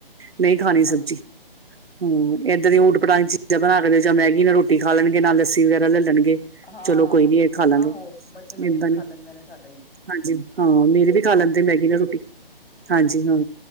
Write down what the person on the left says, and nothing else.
ਹਾਂ
ਹਾਂ,
ਆਹੋ ਬੱਚੇ ਮੈਗੀ
ਨਾਲ
ਖਾ ਲੈਂਦੇ ਨੇ ਸਾਡੇ ਵੀ।
ਅੱਛਾ,